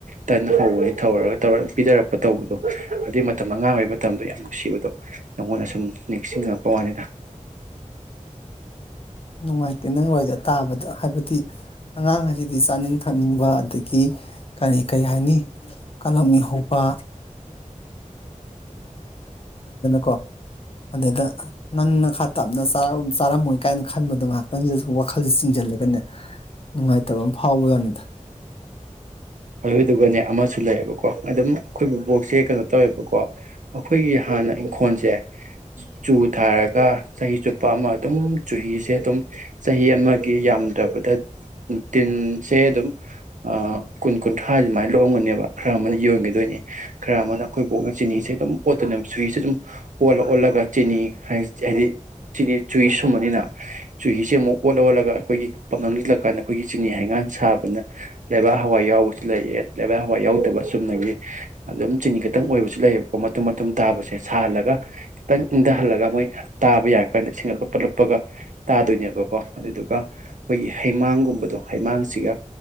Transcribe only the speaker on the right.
ꯇꯟ ꯍꯧꯕꯅꯤ ꯇꯧꯔ ꯇꯧꯔ ꯄꯤꯅꯔꯛꯄ ꯇꯧꯕꯗꯣ ꯑꯗꯨꯏ ꯃꯇꯝ ꯑꯉꯥꯡ ꯑꯣꯏꯔꯤ ꯃꯇꯝꯗꯣ ꯌꯥꯝ ꯅꯨꯡꯁꯤꯕꯗꯣ ꯅꯉꯣꯟꯗ ꯑꯁꯨꯝ ꯅꯤꯡꯁꯤꯡꯉꯛꯄ ꯋꯥꯅꯤꯗ
ꯑꯗꯨꯗꯨꯒꯅꯦ ꯑꯃꯁꯨ ꯂꯩꯌꯦꯕꯀꯣ ꯑꯗꯨꯝ ꯑꯩꯈꯣꯏꯕꯨꯕꯣꯛꯁꯦ ꯀꯩꯅꯣ ꯇꯧꯋꯦꯕꯀꯣ ꯑꯩꯈꯣꯏꯒꯤꯥ ꯍꯥꯟꯅ ꯏꯪꯈꯣꯜꯁꯦ ꯆꯨ ꯊꯥꯔꯒ ꯆꯍꯤ ꯆꯨꯞꯄ ꯑꯃ ꯑꯗꯨꯝ ꯆꯨꯍꯤꯁꯦ ꯑꯗꯨꯝ ꯆꯍꯤ ꯑꯃꯒꯤ ꯌꯥꯝꯗ꯭ꯔꯕꯗ ꯇꯤꯟꯁꯦ ꯑꯗꯨꯝ ꯑ ꯀꯨꯟ ꯀꯨꯟꯊ꯭ꯔꯥꯗꯤ ꯑꯗꯨꯃꯥꯏꯅ ꯂꯥꯛꯑꯝꯒꯅꯦꯕ ꯈꯔ ꯑꯃꯅ ꯌꯣꯟꯒꯤ ꯗꯣꯢꯅꯦ ꯈꯔ ꯑꯃꯅ ꯑꯩꯈꯣꯏꯕꯣꯛꯅ ꯆꯤꯅꯤꯁꯦ ꯑꯗꯨꯝ ꯑꯣꯠꯇꯣꯢꯅꯦ ꯆꯨꯍꯤꯁꯦ ꯑꯗꯨꯝ ꯑꯣꯂ ꯑꯣꯠꯂꯒ ꯆꯤꯅꯤ ꯑꯩ ꯆꯍꯤ ꯆꯤꯅꯤ ꯆꯨꯍꯤ ꯁꯨꯝꯕꯅꯤꯅ ꯆꯨꯍꯤꯁꯦ ꯑꯃꯨꯛ ꯑꯣꯠꯂ ꯑꯣꯠꯂꯒ ꯑꯩꯈꯣꯏꯒꯤ ꯄꯞꯅꯝꯁꯤꯜꯂꯀꯥꯟꯗ ꯑꯩꯈꯣꯏꯒꯤ ꯆꯤꯅꯤ ꯍꯩꯉꯥꯟ ꯁꯥꯕꯅ ꯂꯩꯕꯥꯛ ꯍꯋꯥꯏ ꯌꯥꯎꯕꯁꯨ ꯂꯩꯑꯦ ꯂꯩꯕꯥꯛ ꯍꯋꯥꯏ ꯌꯥꯎꯗꯕ ꯆꯨꯝꯅꯒꯤ ꯑꯗꯨꯝ ꯆꯤꯅꯤ ꯈꯤꯇꯪ ꯑꯣꯏꯕꯁꯨ ꯂꯩꯌꯦꯕꯀꯣ ꯃꯇꯨꯝ ꯃꯇꯨꯝ ꯑꯗꯨꯝ ꯇꯥꯕꯁꯦ ꯁꯥꯍꯜꯂ ꯈꯤꯇꯪ ꯏꯪꯊꯍꯜꯂꯒ ꯃꯣꯏꯅ ꯇꯥꯕ ꯌꯥꯔ ꯀꯥꯟꯗ ꯏꯁꯤꯡ ꯂꯨꯞꯄ ꯂꯨꯞꯄꯒ ꯇꯥꯗꯣꯏꯅꯦꯕꯀꯣ ꯑꯗꯨꯗꯨꯒ ꯑꯩꯈꯣꯏꯒꯤ ꯍꯩꯃꯥꯡꯒꯨꯝꯕꯗꯣ ꯍꯩꯃꯥꯡꯁꯤꯒ